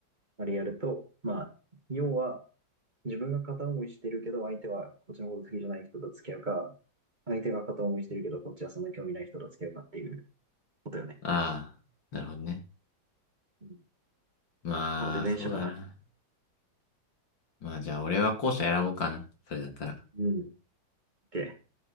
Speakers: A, on the right; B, on the left.
A: あれやると、まあ、要は、自分が片思いしてるけど、相手はこっちのこと好きじゃない人と付き合うか、相手が片思いしてるけど、こっちはそんな興味ない人と付き合うかっていうことよね。
B: ああ、なるほどね。
A: うん。
B: まあ、
A: まあ俺前者かな。
B: そうだな。まあじゃあ俺は後者選ぼうかな。それだったら。
A: うん。オッケー。